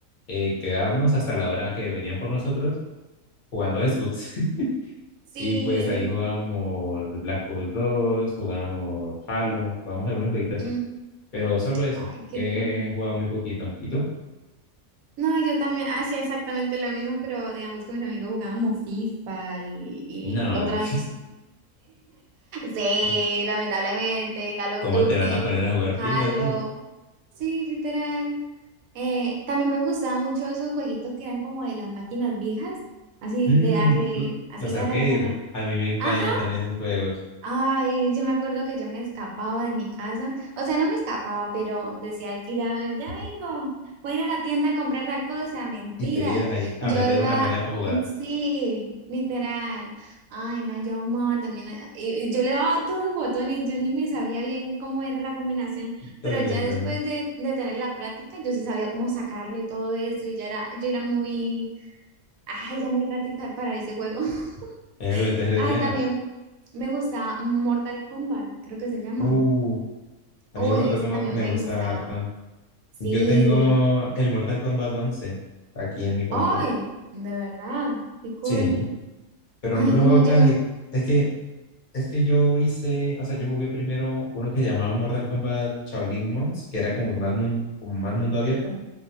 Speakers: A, on the left; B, on the right.
A: eh, quedarnos hasta la hora que venían por nosotros jugando Xbox. <laughs>
B: Sí.
A: Y pues ahí jugábamos Black Ops dos jugábamos Halo, jugábamos algunos jueguitos así.
B: Mm,
A: Pero solo eso,
B: Ay, qué
A: he
B: cool.
A: jugado muy poquito. ¿Y tú?
B: No, yo también hacía exactamente lo mismo, pero digamos que mis amigos jugábamos FIFA y, y
A: No.
B: otras. <laughs> Sí,
A: <laughs>
B: lamentablemente, Call of
A: ¿Cómo
B: Duty,
A: te van a poner a jugar
B: Halo.
A: FIFA a ti?
B: Sí, literal. Eh, también me gustaban mucho esos jueguitos que eran como de las máquinas viejas, así
A: Mm,
B: de darle,
A: lo-
B: así
A: los arcades,
B: ta ta ta ta ta.
A: a mí me encantan
B: Ajá,
A: esos juegos.
B: Ay, yo me acuerdo que yo me escapaba de mi casa, o sea, no me escapaba, pero decía que ya, ya vengo, voy a ir a la tienda a comprar tal cosa, mentiras.
A: Y te ibas ahí a
B: Yo
A: meter
B: iba,
A: una moneda para jugar.
B: mm, sí, literal. Ay, no, yo amaba también, eh, y, y yo le daba a todos los botones, yo ni me sabía bien cómo era la combinación,
A: También,
B: pero ya después
A: también.
B: de, de tener la práctica, yo sí sabía cómo sacarle todo eso y ya era, yo era muy, ay, ya muy ratita para ese juego. <laughs>
A: A mí me metes de
B: Ay,
A: pena.
B: también. Me gusta Mortal Kombat, creo que se llama.
A: Uh, a
B: Uy,
A: mí el Mortal
B: ese
A: Kombat
B: también
A: me
B: me
A: gusta
B: gustaba.
A: harto.
B: Sí.
A: Yo tengo el Mortal Kombat once aquí en mi compu.
B: Ay, de verdad, qué cool.
A: Sí, pero
B: Ay,
A: no lo
B: no,
A: juego
B: yo
A: casi.
B: me...
A: Es que, es que yo hice, o sea, yo jugué primero uno que llamaba Mortal Kombat Shaolin Monks, que era como más, mun- como más mundo abierto.